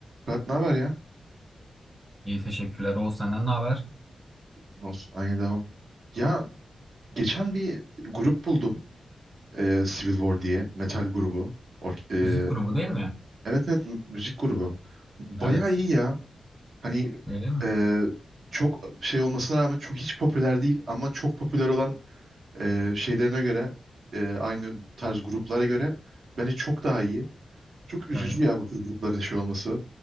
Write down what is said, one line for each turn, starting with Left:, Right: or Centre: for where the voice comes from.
Right: Fırat ne haber ya?
Centre: İyi teşekkürler. Oğuz senden ne haber?
Right: Ne olsun aynı devam. Ya geçen bir grup buldum. e, Civil War diye. Metal grubu. Ork- e,
Centre: Müzik grubu değil mi?
Right: evet evet mü- müzik grubu. Bayağı
Centre: Evet.
Right: iyi ya. Hani
Centre: Öyle mi?
Right: e, çok şey olmasına rağmen çok hiç popüler değil ama çok popüler olan e, şeylerine göre e, aynı tarz gruplara göre bence çok daha iyi. Çok üzücü
Centre: Yani
Right: ya bu tür grupların şey olması.